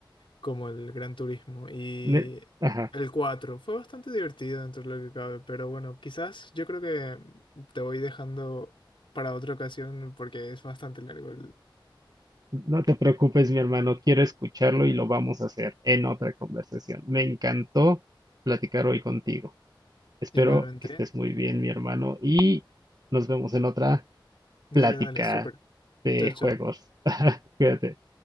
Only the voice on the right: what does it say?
ne- Ajá.
No te preocupes, mi hermano, quiero escucharlo y lo vamos a hacer en otra conversación. Me encantó platicar hoy contigo. Espero
que estés muy bien, mi hermano, y nos vemos en otra
plática
de
juegos.
<laughs> Cuídate.